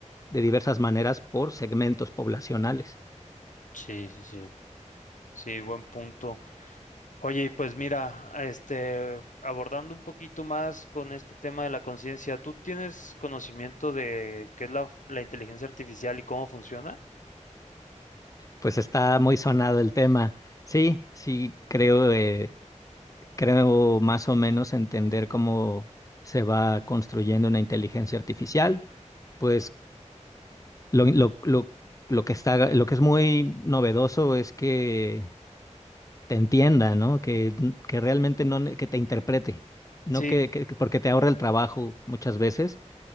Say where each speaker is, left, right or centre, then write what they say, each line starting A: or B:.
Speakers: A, on the left; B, on the left.
A: de diversas maneras por segmentos poblacionales.
B: Sí, sí, sí. Sí, buen punto. Oye, y pues mira, este, abordando un poquito más con este tema de la conciencia, ¿tú tienes conocimiento de qué es la, f- la inteligencia artificial y cómo funciona?
A: Pues está muy sonado el tema. Sí, sí, creo, eh, creo más o menos entender cómo se va construyendo una inteligencia artificial. Pues Lo, lo, lo, lo que está, lo que es muy novedoso es que te entienda, ¿no? Que, que realmente no, ne- que te interprete, no
B: Sí,
A: que, que- que porque te ahorra el trabajo muchas veces,